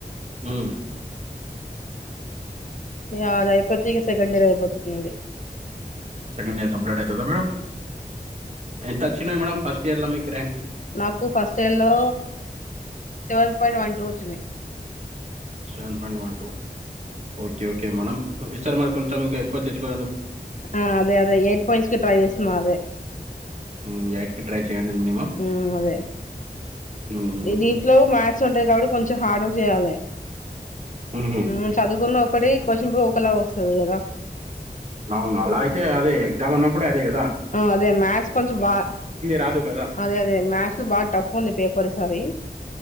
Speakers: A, on the right; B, on the left.
A: హ్మ్.
B: ఇక అది అయిపోతే ఇగ సెకండ్ ఇయర్ అయిపోతుంది నాది
A: సెకండ్ ఇయర్ కంప్లీట్ అవుతుందా మేడం ఎంత వచ్చినాయి మేడం ఫస్ట్ ఫస్ట్ ఇయర్లో మీకు ర్యాంకు
B: నాకు ఫస్ట్ ఇయర్ లో సెవెన్ పాయింట్ వన్ టూ వచ్చింది
A: seven point one two okay okay madam ఈసారి మరి కొంచెం ఇంకా ఎక్కువ తెచ్చు
B: ఆ అదే అదే ఎయిట్ పాయింట్స్ కి ట్రై చేస్తున్నా అదే
A: హ్మ్. ట్రై చేయండి మినిమమ్.
B: ఊ అదే
A: హ్మ్.
B: దీంట్లో మ్యా మ్యాథ్స్ ఉంటాయి కాబట్టి కొంచెం కాబటి కొంచెం హార్డ్ వర్క్ చేయాలి
A: హుహు.
B: ఊ చదువుకున్న అప్పుడే క్యూస్షన్ బుక్ ఒకలా వస్తుంది కదా
A: అవును అలా అయితే అదే ఎగ్జామ్ అన్నప్పుడే అదే కదా
B: అదే మ్యాథ్స్ కొంచెం బాగా
A: రాదు కదా!
B: అదే అదే మ్యాథ్స్ బాగా టఫ్ ఉంది పేపర్ ఈసారి <inaudible>